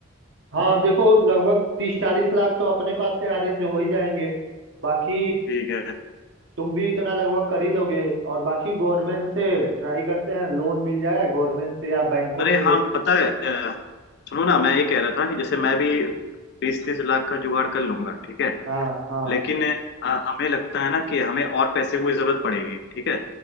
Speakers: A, on the right; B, on the left.
A: हाँ देखो लगभग तीस चालीस लाख तो अपने पास से अरेंज हो ही जाएंगे बाकी
B: ठीक है
A: तुम भी इतना लगभग कर ही दोगे और बाकी गवर्नमेंट से ट्राई करते हैं लोन मिल जाए गवर्नमेंट से या बैंकों
B: अरे
A: से
B: हाँ पता है अ, सुनो ना मैं ये कह रहा था कि जैसे मैं भी बीस तीस लाख का जुगाड़ कर लूंगा ठीक है
A: हाँ हाँ
B: लेकिन अ, हमें लगता है ना कि हमें और पैसे की जरूरत पड़ेगी ठीक है